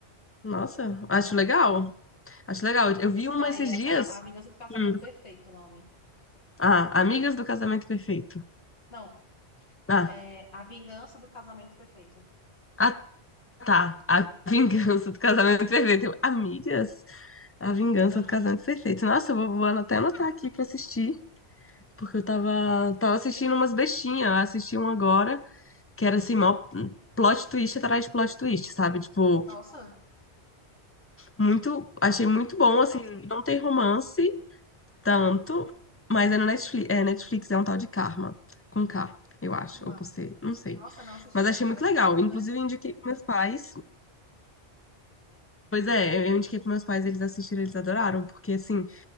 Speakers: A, on the left; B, on the left.
A: Nossa,
B: muito
A: acho
B: bom.
A: legal. Acho legal. Eu
B: Esse
A: vi uma
B: daí
A: esses
B: é
A: dias.
B: o cas- A Vingança do Casamento
A: Hum.
B: Perfeito, o nome.
A: Ah, Amigas do Casamento Perfeito.
B: Não,
A: Ah,
B: é A Vingança do Casamento Perfeito.
A: ah, tá. A Vingança do Casamento Perfeito. Eu, Amigas? A Vingança
B: <laughs>
A: do Casamento
B: Não.
A: Perfeito. Nossa, eu vou, vou até anotar aqui pra assistir. Porque eu tava, tava assistindo umas bestinhas. Eu assisti um agora, que era assim, mó plot twist atrás de plot twist, sabe? Tipo,
B: Nossa,
A: muito. Achei
B: qual
A: muito bom, assim, não tem romance tanto, mas é no Netflix, é, Netflix é um tal de Karma, com K, eu
B: arma.
A: acho, ou com C, não sei.
B: Nossa, não assisti,
A: Mas achei
B: mas parece
A: muito legal.
B: que é bom,
A: Inclusive,
B: né?
A: eu indiquei pros meus pais. Pois é, eu indiquei pros meus pais, eles assistiram, eles adoraram, porque assim.